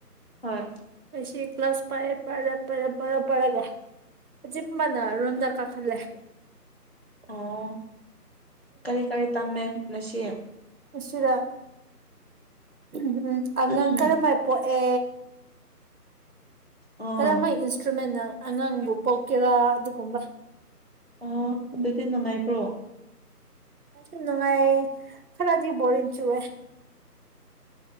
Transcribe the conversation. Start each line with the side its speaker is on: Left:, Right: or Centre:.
Left: ꯍꯣꯏ
Right: ꯉꯁꯤ ꯀ꯭ꯂꯥꯁ ꯐꯥꯏꯌꯦ ꯄꯔ ꯄꯔꯄꯔꯄꯔꯒ ꯖꯤꯃꯅ ꯔꯣꯝꯗ ꯀꯥꯈꯜꯂ
Left: ꯑꯣ ꯀꯔꯤ ꯀꯔꯤ ꯇꯝꯃꯦ ꯍꯣꯠꯅꯁꯤ
Right: ꯑꯁꯤꯔ ꯎꯝ ꯎꯝ ꯑꯉꯥꯡ
Left: ꯎꯝ
Right: ꯀꯔꯝ ꯃꯥꯏ ꯄꯣꯛꯑꯦ
Left: ꯑꯣ
Right: ꯀꯔꯍ ꯏꯟꯁꯇ꯭ꯔꯨꯃꯦꯟꯅ ꯑꯉꯥꯡꯕꯨ ꯄꯣꯛ ꯀ ꯑꯗꯨ ꯀꯨꯝꯕ
Left: ꯑꯣ ꯑꯗꯨꯗꯤ ꯅꯨꯡꯉꯥꯏꯕ꯭ꯔꯣ
Right: ꯅꯨꯡꯉꯥꯏ ꯁ ꯅꯨꯡꯉꯥꯏ ꯊꯔꯖꯤ ꯣꯂꯤ ꯆꯨ ꯍꯗ